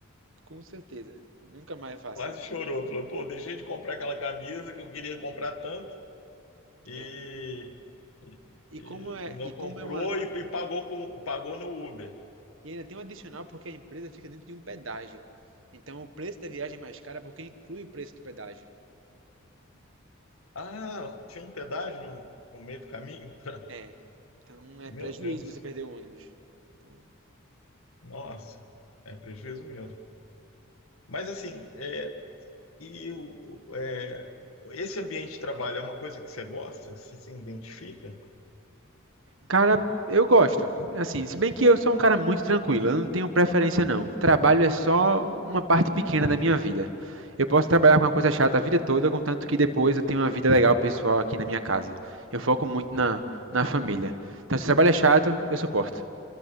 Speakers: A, on the right; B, on the left.
A: Com certeza. Nunca mais faço
B: Quase
A: isso.
B: chorou. Falou, pô, deixei de comprar aquela camisa que eu queria comprar tanto e,
A: É.
B: e,
A: E
B: e-
A: como é,
B: e não
A: e como
B: comprou
A: é uma,
B: e, e pagou, com, pagou no Uber.
A: e ainda tem um adicional porque a empresa fica dentro de um pedágio. Então o preço da viagem é mais cara porque inclui o preço do pedágio.
B: Ah, tinha um pedágio no, no meio do caminho? <laughs>
A: É. Então é
B: Meu
A: prejuízo
B: Deus,
A: você perder o ônibus. Então,
B: nossa, é prejuízo mesmo. Mas assim, é, E o- o- é, esse ambiente de trabalho é uma coisa que você gosta? Você se identifica?
A: Cara, eu gosto. Assim, se bem que eu sou um cara muito tranquilo, eu não tenho preferência não. Trabalho é só uma parte pequena da minha vida. Eu posso trabalhar com uma coisa chata a vida toda, contanto que depois eu tenho uma vida legal pessoal aqui na minha casa. Eu foco muito na, na família. Então, se o trabalho é chato, eu suporto.